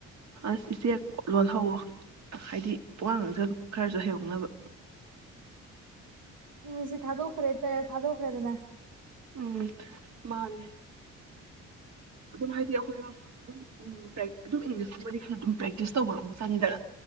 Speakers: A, on the right (about 60°); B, on the right (about 75°).
A: ꯑꯁ ꯏꯆꯦ ꯂꯣꯜꯍꯧꯋꯣ ꯍꯥꯏꯗꯤ ꯄꯋꯥꯡ ꯉꯥꯡꯁ ꯑꯗꯨ ꯈꯔꯁꯨ ꯍꯩꯍꯧꯅꯕ
B: ꯎꯝ ꯁꯤ ꯊꯥꯗꯣꯛꯈ꯭ꯔꯦ ꯊꯥꯗꯣꯛꯈ꯭ꯔꯦꯗꯅ
A: ꯎꯝ ꯃꯥꯅꯦꯅꯦ ꯑꯗꯨꯝ ꯍꯥꯏꯗꯤ ꯑꯩꯈꯣꯏꯅ ꯑꯗꯨꯝ ꯑꯗꯨꯝ ꯏꯪꯂꯤꯁꯀꯨꯝꯕꯗꯤ ꯈꯔ ꯑꯗꯨꯝ ꯄ꯭ꯔꯦꯛꯇꯤꯁ ꯇꯧꯕ ꯑꯃꯨꯛ ꯆꯪꯉꯤꯗꯅ